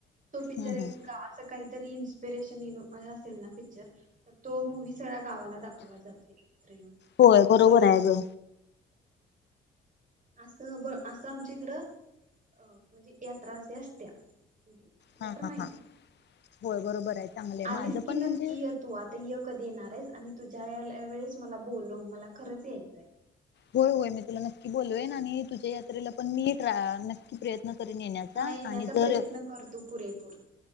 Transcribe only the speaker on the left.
हम्म हम्म.
होय बरोबर
आहे ग.
हा
हा
हा होय बरोबर आहे चांगलं आहे
माझं
पण
म्हणजे
होय होय मी तुला नक्की बोलवेन आणि तुझ्या यात्रेला पण मी नक्की ट्रा प्रयत्न करेन
आणि जर